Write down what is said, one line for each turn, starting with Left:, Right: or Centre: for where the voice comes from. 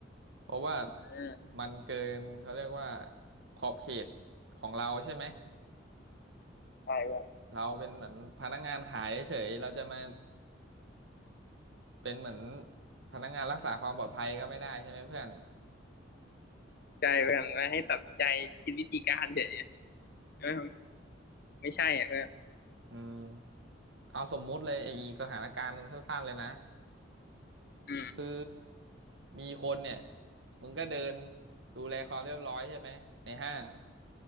Right: เพราะว่า
Left: เออ
Right: มันเกินเขาเรียกว่าขอบเขตของเราใช่ไหม
Left: ใช่เพื่อน
Right: เราเป็นเหมือนพนักงานขายเฉยเราจะมาเป็นเหมือนพนักงานรักษาความปลอดภัยก็ไม่ได้ใช่ไหมเพื่อน
Left: ใช่เพื่อนมาให้ตัดใจคิดวิธีการเฉยๆเออไม่ใช่อ่ะเพื่อน
Right: อืมเอาสมมุติเลยอีกอีกสถานการณ์หนึ่งสั้นๆเลยนะ
Left: อืม
Right: คือมีคนเนี่ยมึงก็เดินดูแลความเรียบร้อยใช่ไหมในห้าง